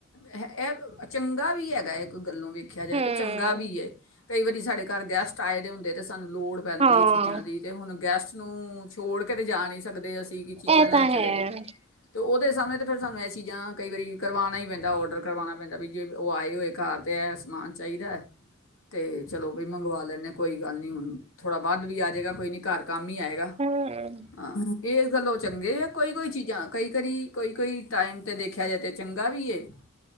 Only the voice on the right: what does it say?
ਹਮ
ਹਾਂ
ਇਹ
ਤਾਂ
ਹੈ
ਹਮ